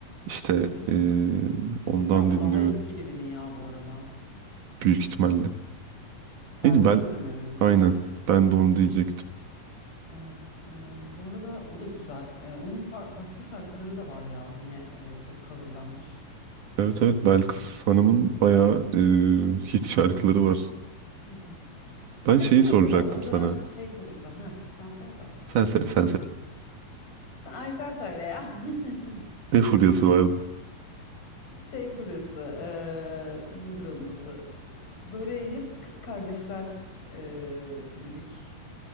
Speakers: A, on the right; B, on the left.
A: İşte
B: Hı hı.
A: eee, ondan
B: Ya o
A: dinliyorum
B: daha eski birinin ya bu arada.
A: büyük ihtimalle.
B: Belki
A: Neydi Bel?
B: Söz önerimmiş.
A: Aynen. Ben de onu diyecektim.
B: Evet. Eee, bu arada o da güzel. Eee, onun far- başka şarkıları da var ya. Yine eee, çok coverlanmış.
A: Evet evet Belkıs Hanım'ın bayağı eee, hit şarkıları
B: Hı hı,
A: var.
B: hı hı.
A: Ben
B: Ya
A: şeyi
B: bir de mesela
A: soracaktım
B: o dönem
A: sana.
B: şey furyası. Ha, sen sor da.
A: Sen söyle sen söyle.
B: Sen- Ay sen söyle ya. <laughs>
A: Ne furyası vardı?
B: Şey furyası. eee, nedir onun adı? Böyle hep kız kardeşler eee, müzik